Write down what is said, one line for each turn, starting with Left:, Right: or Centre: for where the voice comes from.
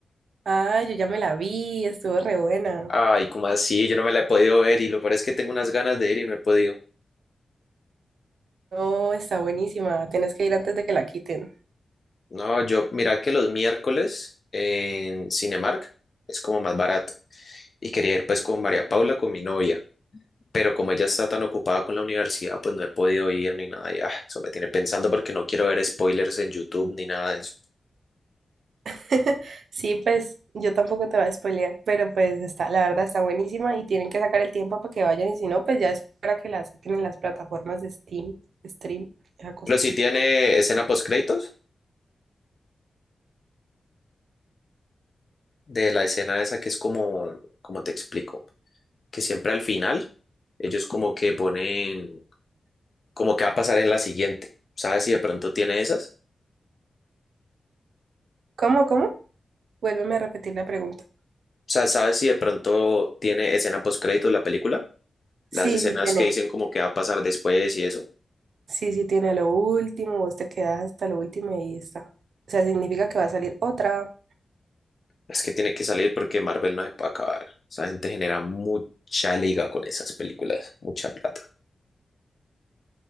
Right: Ah, yo ya me la vi, estuvo re buena.
Left: Ay, ¿cómo así? Yo no me la he podido ver y lo peor es que tengo unas ganas de ir y no he podido.
Right: No, está buenísima. Tienes que ir antes de que la quiten.
Left: No, yo, mira que los miércoles en Cinemark es como más barato y quería ir pues con María Paula, con mi novia. Pero como ella está tan ocupada con la universidad, pues no he podido ir ni nada. Ya, eso me tiene pensando porque no quiero ver spoilers en YouTube ni nada de eso.
Right: <laughs> Sí, pues yo tampoco te voy a spoilear, pero pues está, la verdad está buenísima y tienen que sacar el tiempo para que vayan y si no, pues ya es para que la saquen en las plataformas de Steam, Stream, esa cosa.
Left: Pero sí tiene escena post créditos de la escena esa que es como, como te explico, que siempre al final ellos como que ponen como que va a pasar en la siguiente. ¿Sabes si de pronto tiene esas?
Right: ¿Cómo, cómo? Vuélveme a repetir la pregunta.
Left: O sea, ¿sabes si de pronto tiene escena post créditos la película? Las
Right: Sí,
Left: escenas
Right: sí, tiene.
Left: que dicen como que va a pasar después y eso.
Right: Sí, sí tiene a lo último, vos te quedas hasta lo último y ahí está. O sea, significa que va a salir otra.
Left: Es que tiene que salir porque Marvel no se puede acabar. Esa gente genera mucha liga con esas películas, mucha plata,